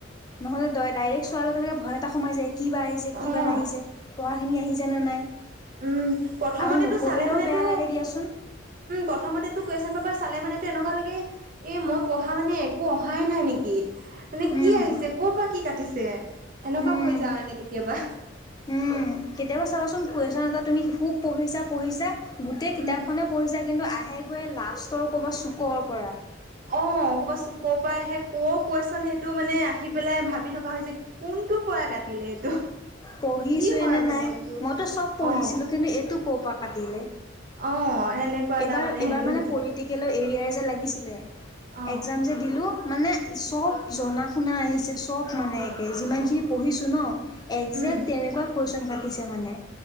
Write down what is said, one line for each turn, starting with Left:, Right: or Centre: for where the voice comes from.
Left: নহ'লে ড ডাইৰেক্ট চোৱাৰ লগে লগে ভয় এটা সোম যায় কি বা আহিছে কিবা
Right: অ
Left: নাহিছে, পঢ়া খিনি আহিছেনে নাই
Right: উম, প্ৰথমতেটো
Left: আৰু নপঢ়িলেও
Right: চালে মানে
Left: বেয়া
Right: তো উম,
Left: লাগে দিয়াচোন
Right: প্ৰথমতেতো কুৱেশ্যন পেপাৰ চালে মানেটো এনেকুৱা লাগে এ মই পঢ়া মানে একো অহাই নাই নেকি? মানে
Left: উম
Right: কি আহিছে ক'ৰ পৰা কি কাটিছে এনেকুৱা
Left: উম,
Right: হৈ যাওঁ মানে কেতিয়াবা
Left: উম কেতিয়াবা চাবচোন কোৱেশ্যন এটাত তুমি খুব পঢ়িছা পঢ়িছা গোটই কিতাপ
Right: উম
Left: খনে পঢ়িছা কিন্তু আহে গৈয়ে লাষ্টৰ ক'ৰবাৰ চুকৰ পৰা।
Right: অ' ক'বাত চুকৰ পৰা আহে ক'ৰ কুৱেশ্যন সেইটো মানে আহি পেলাই ভাবি থকা হয় যে কোন টো পৰা কাটিলে এইটো?
Left: পঢ়িছো
Right: কি হয়
Left: নে
Right: মানে
Left: নাই
Right: এইটো
Left: মইতো চব পঢ়িছিলো,
Right: অ
Left: কিন্তু এইটো ক'ৰ পৰা কাটিলে?
Right: অ সেনেকুৱা এটা
Left: এইবাৰ এইবাৰ
Right: হেৰি
Left: মানে
Right: হৈ যায়
Left: পলিটিকেল এৰিয়াৰ যে লাগিছিলে,
Right: অ
Left: এক্সাম যে দিলোঁ মানে চব জনা শুনা আহিছে চব মানে একে যিমান খিনি পঢ়িছো ন। একজেক্ট
Right: উম
Left: তেনেকুৱা কুৱেশ্যন কাটিছে মানে